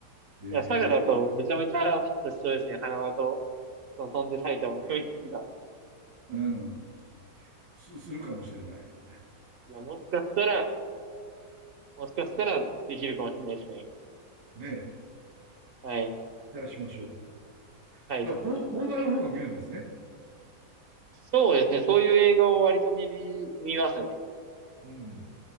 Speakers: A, on the right; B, on the right.
A: え
B: や、佐賀だとめちゃめちゃフィットしそうですね。
A: ー、
B: 花輪と、その飛んで埼玉の雰囲気が。
A: うん。す、するかもしれない。
B: いや、もしかしたら、もしかしたらできるかもしれないですね。
A: ねえ。
B: はい。
A: 期待しましょう。
B: はい。
A: だから、邦画の方が見るんですね。
B: そうですね。そういう映画を割と見る、見ますね。
A: うん。